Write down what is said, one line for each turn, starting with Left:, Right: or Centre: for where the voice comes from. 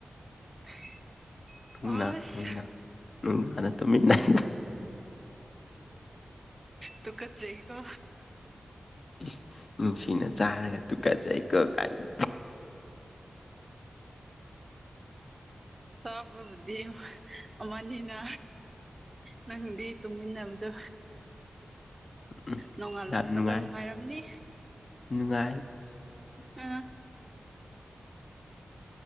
Right: <unintelligible>
Left: ꯅꯨꯡꯗꯥ
Right: ꯑꯁ
Left: ꯅꯨꯡꯗꯥ ꯅꯨꯡꯗꯥꯅ ꯇꯨꯃꯤꯟꯅꯩ
Right: ꯇꯨ ꯒꯠꯆꯩꯀꯣ
Left: ꯏꯁ ꯅꯨꯡꯁꯤꯅ ꯆꯥꯔꯒ ꯇꯨꯀꯠꯆꯩ ꯀꯣ ꯀꯥꯏꯅ
Right: ꯆꯥꯕꯕꯨꯗꯤ ꯑꯃꯅꯤꯅꯥ ꯅꯪꯗꯤ ꯇꯨꯝꯃꯤꯟꯅꯕꯗꯨ
Left: ꯎꯝ
Right: ꯅꯣꯡꯉꯥꯜ
Left: ꯌꯥꯝ
Right: ꯂꯛꯄꯗ
Left: ꯅꯨꯡꯉꯥꯏ
Right: ꯅꯨꯡꯉꯥꯏꯔꯝꯅꯤ
Left: ꯅꯨꯡꯉꯥꯏ
Right: ꯑ